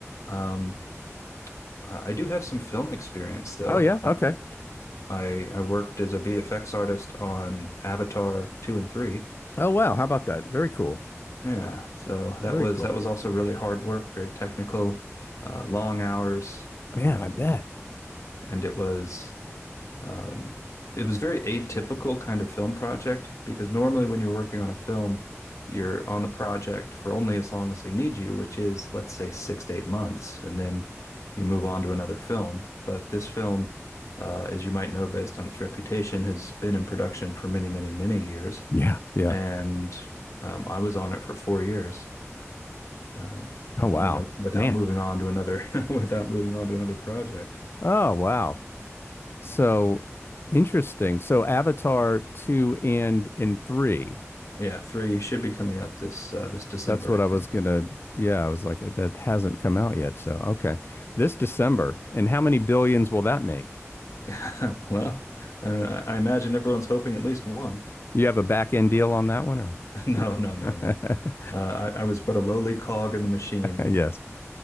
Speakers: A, on the left; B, on the left.
A: Um, I I do have some film experience though.
B: Oh yeah,
A: Uh,
B: okay.
A: I I worked as a VFX artist on Avatar 2 and 3.
B: Oh wow, how about that? Very cool.
A: Yeah, so that
B: Very
A: was
B: cool.
A: that was also really hard work, very technical, uh, long hours, um,
B: Man, I bet.
A: and it was Um, it was very atypical kind of film project because normally when you're working on a film, you're on the project for only as long as they need you, which is, let's say, six to eight months, and then you move on to another film. But this film, uh, as you might know, based on its reputation, has been in production for many, many, many years,
B: Yeah. Yeah.
A: and um, I was on it for four years. Um,
B: Oh wow.
A: you know, without
B: Man.
A: moving on to another, <laughs> without moving on to another project.
B: Oh wow. So interesting. So Avatar 2 and and 3.
A: Yeah, three should be coming out this uh, this December,
B: That's what
A: I
B: I
A: think.
B: was gonna yeah, I was like that hasn't come out yet. So okay. This December. And how many billions will that make?
A: <laughs> Well, uh, I I imagine everyone's hoping at least one. <laughs>
B: You have a back end deal on that one or?
A: No, no, no,
B: <laughs>
A: no. Uh, I, I was but a lowly cog in the machine.
B: Yes.